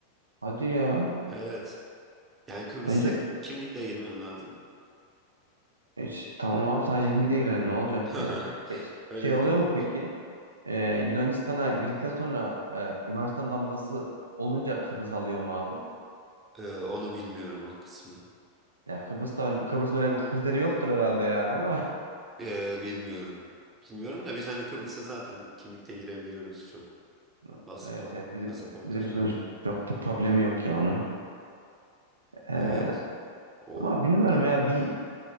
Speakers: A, on the right (about 75°); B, on the right (about 20°).
A: hadi ya.
B: Evet. Yani Kıbrıs'a
A: Önce
B: kimlikle girmen lazım.
A: e, ş- tamam abi sadece kimlikle girelim ne olacak
B: <laughs>
A: ya. E, ş-
B: Öyle
A: şey
B: bir
A: oluyor
B: durum
A: mu
B: var.
A: peki? Ee, Yunanistan'a girdikten sonra e, Yunanistan damgası olunca Kıbrıs alıyor mu abi?
B: Ee, onu bilmiyorum o kısmı.
A: Ya Kıbrıs'ta Kıbrıs'ın öyle bir kriteri yoktur herhalde yani ama
B: Ee, bilmiyorum. Bilmiyorum da biz hani Kıbrıs'a zaten kimlikle girebiliyoruz çok.
A: <laughs>
B: Paspor,
A: evet evet bizim
B: pasaporta
A: bizim
B: falan.
A: için çok bir problemi yok ya onun. Ee,
B: Evet. O
A: Ama bilmiyorum
B: taraftan
A: ya bir
B: öyle.